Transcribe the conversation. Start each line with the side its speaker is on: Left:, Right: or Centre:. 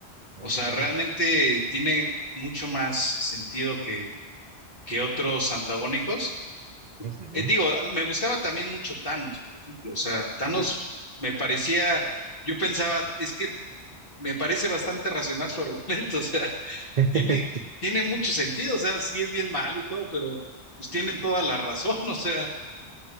Right: Ok.
Left: o sea, realmente tiene mucho más sentido que, que otros antagónicos,
Right: Ujú,
Left: eh, digo, me gustaba también mucho Thanos, por ejemplo. O sea, Thanos
Right: Sí.
Left: me parecía, yo pensaba, es que me parece bastante racional su argumento. <laughs> O sea,
Right: <laughs>
Left: tiene, tiene mucho sentido. O sea, sí es bien malo y todo, pero pues tiene toda la razón. <laughs> O sea,